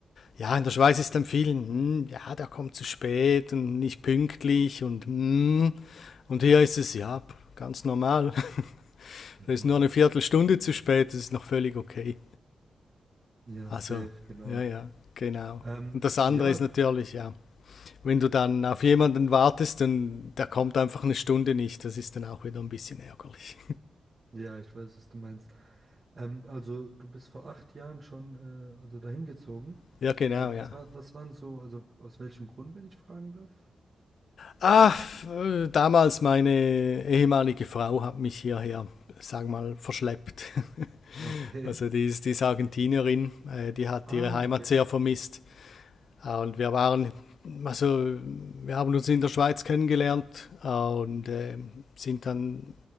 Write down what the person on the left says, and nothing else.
ja, in der Schweiz ist dann vielen, hm, ja, der kommt zu spät und nicht pünktlich und hm. Und hier ist es, ja, ganz normal. <laughs>
Da ist nur eine Viertelstunde zu spät, das ist noch völlig okay.
Also,
ja, ja, genau.
Und das andere
ist
natürlich, ja, wenn du dann auf jemanden wartest und der kommt einfach eine Stunde nicht, das ist dann auch wieder ein bisschen ärgerlich.
<laughs> ja, genau,
ja.
Ah, äh, damals meine ehemalige Frau hat mich hierher, sag mal, verschleppt. <laughs>
Also die ist, die ist Argentinierin, äh, die hat
ihre Heimat
sehr vermisst. Äh, Und wir waren, also wir haben uns in der Schweiz kennengelernt äh, und äh, sind dann